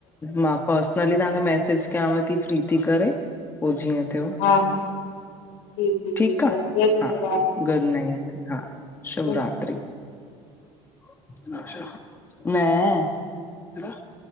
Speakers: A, on the left (about 15°); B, on the left (about 80°).
A: मां पर्सनली तव्हांखे मैसेज कयांव थी फ्री थी करे। पोइ जीअं थियो
B: हा जी जी ठीकु
A: ठीक आ।
B: आहे जय झूलेलाल।
A: हा गुड नाइट हा शिवरात्रि।
B: हा
A: न --